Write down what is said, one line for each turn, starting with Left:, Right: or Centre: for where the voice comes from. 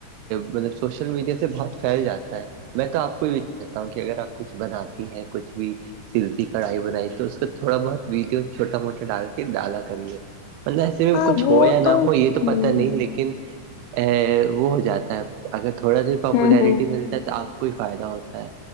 Right: مطلب سوشل میڈیا سے بہت پھیل جاتا ہے میں تو آپ کو کہتا ہوں کہ اگر آپ کچھ بناتی ہیں کچھ بھی سلی کڑھائی بنائی تو اس کو تھوڑا بہت ویڈیو چھوٹا موٹا ڈال کے ڈالا کریے مطلب ایسے میں
Left: ہاں
Right: کچھ
Left: وہ
Right: ہو یا نہ ہو
Left: ہوں
Right: یہ تو پتا نہیں لیکن ا وہ ہو جاتا ہے اگر تھوڑا سا پاپولیرٹی
Left: ہوں ہوں
Right: ملتا ہے تو آپ کوئی فائدہ ہوتا ہے